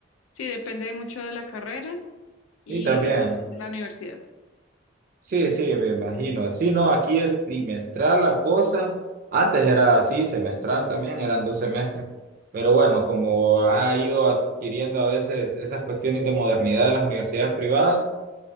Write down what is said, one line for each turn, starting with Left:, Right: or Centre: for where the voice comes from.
Left: Sí, depende mucho de la carrera y,
Right: Y también.
Left: y depende de la universidad.
Right: Sí, sí, me imagino. Sí, no, aquí es trimestral la cosa. Antes era así, semestral también, eran dos semestres. Pero bueno, como ha ido adquiriendo a veces esas cuestiones de modernidad de las universidades privadas,